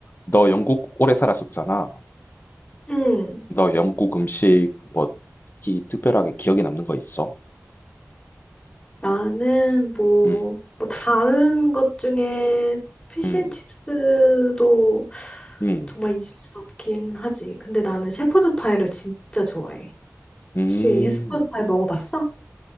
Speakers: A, on the left (about 40°); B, on the left (about 20°).
A: 너 영국 오래 살았었잖아.
B: 응,
A: 너 영국 음식 뭐 특히 특별하게 기억에 남는 거 있어?
B: 나는 뭐,
A: 음,
B: 뭐 다른 것 중에 피쉬앤칩스도
A: 음, 음,
B: 정말 있을 수 없긴 하지. 근데 나는 shepherd's pie를 진짜 좋아해.
A: 음.
B: 혹시 shepherd's pie 먹어봤어?